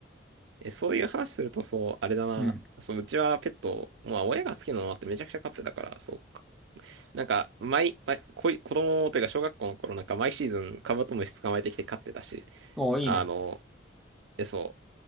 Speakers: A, on the right; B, in the centre.
A: え、そういう話すると、そう、あれだな。
B: う。うん。
A: そう、うちはペット、まあ、親が好きなのもあってめちゃくちゃ飼ってたから、そう、なんか、毎、毎、こい、子供というか小学校の頃なんか毎シーズンカブトムシ捕まえてきて飼ってたし、
B: おーいいね。
A: あの、え、そ